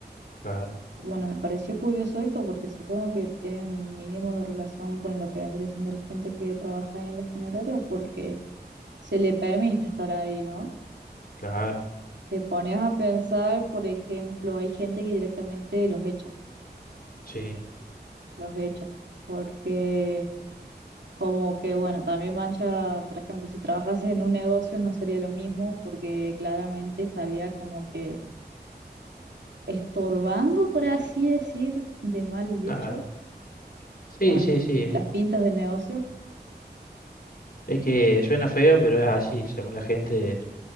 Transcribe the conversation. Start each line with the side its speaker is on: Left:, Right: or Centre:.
Left: Claro,
Right: Bueno, me pareció curioso esto porque supongo que tienen un mínimo de relación con lo que vendría siendo la gente que trabaja ahí en la funeraria porque se le permite estar ahí, ¿no?
Left: claro,
Right: Te pones a pensar, por ejemplo, hay gente que directamente los echa,
Left: sí,
Right: los echa, porque Como que, bueno, también mancha, por ejemplo, si trabajas en un negocio no sería lo mismo porque claramente estaría como que estorbando, por así decir, de mal dicho,
Left: claro. Sí,
Right: con
Left: sí, sí. eh.
Right: las pintas del negocio.
Left: Es que suena feo, pero es así. Según la gente,